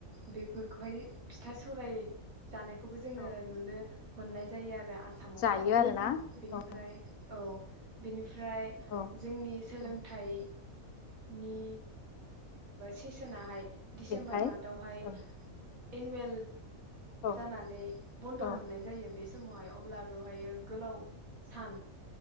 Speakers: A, on the right; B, on the left.
A: बेफोरखौहाय फि फिथा सौराय जानायखौबो जोङो
B: औ
A: नुनो मोननाय जायोआरो आसामावहाय
B: जायो आरोना
A: बेनिफ्राय
B: औ
A: औ बेनिफ्राय
B: औ
A: जोंनि सोलोंथाइ
B: औ
A: नि सेसोनाहाय डिसेम्बर
B: बेनिफ्राय
A: मान बहाय
B: औ
A: इनवेल
B: औ
A: जानानै
B: औ
A: बन्द
B: औ
A: मोननाय जायो बेस समावहाय अब्ला बेवहायो गोलाव सान